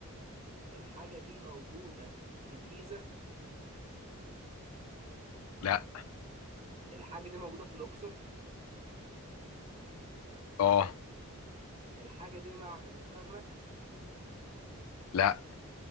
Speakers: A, on the right; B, on the left.
A: الحاجه دي موجوده في الجيزه
B: لا
A: الحاجه دي موجوده في الاقصر
B: اه
A: الحاجه دي معبد الكرنك
B: لا